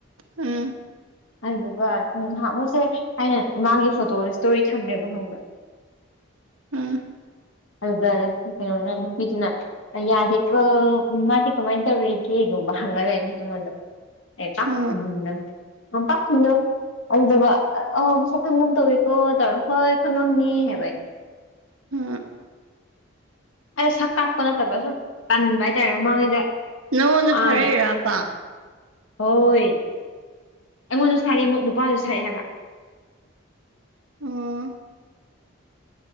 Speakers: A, on the right; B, on the left.
A: ꯎꯝ
B: ꯑꯗꯨꯗꯨꯒ ꯅꯍꯥꯟꯃꯨꯛꯁꯦ ꯑꯩꯅ ꯃꯥꯒꯤ ꯐꯣꯇꯣ ꯁ꯭ꯇꯣꯔꯤ ꯊꯝꯃꯦꯕ ꯈꯪꯕ꯭ꯔꯥ <inaudible>
A: ꯎꯝ
B: ꯑꯗꯨꯗ ꯀꯩꯅꯣꯅ ꯅꯨꯄꯤꯗꯨꯅ ꯑ ꯌꯥꯗꯦꯀꯣ ꯃꯥꯗꯤ ꯀꯃꯥꯏꯅ ꯇꯧꯔꯤꯒꯦꯒꯨꯝꯕ ꯍꯪꯉ ꯂꯩꯔꯅꯤ ꯗꯨꯝ ꯑꯩꯉꯣꯟꯗ ꯑꯩ ꯄꯥꯛ
A: ꯍꯥ
B: ꯈꯨꯝꯗꯝꯅꯤ ꯌꯥꯝ ꯄꯥꯛꯈꯨꯅꯣ ꯑꯗꯨꯗꯨꯒ ꯑ ꯃꯁꯛ ꯈꯪꯒꯨꯝ ꯇꯧꯋꯤꯀꯣ ꯇꯧꯔ ꯍꯣꯏ ꯈꯪꯉꯝꯅꯤ ꯍꯥꯏꯕ ꯑꯩꯅ
A: ꯍꯥ
B: ꯑꯩꯗꯣ ꯁꯛ ꯀꯥꯛꯄ ꯅꯠꯇꯕ ꯁꯨꯝ ꯇꯟꯕ ꯍꯥꯏꯇꯥꯔꯦ ꯃꯃꯥꯡꯉꯩꯗ
A: ꯅꯪꯉꯣꯟꯗ
B: ꯃꯥꯅ
A: ꯊꯥꯔꯩꯔꯕ
B: ꯍꯣꯏ ꯑꯩꯉꯣꯟꯗꯁꯨ ꯊꯥꯔꯛꯑꯦ ꯅꯨꯄꯥꯗꯨꯗꯁꯨ ꯊꯥꯔꯛꯑꯦ ꯍꯥꯏꯕ
A: ꯑꯣ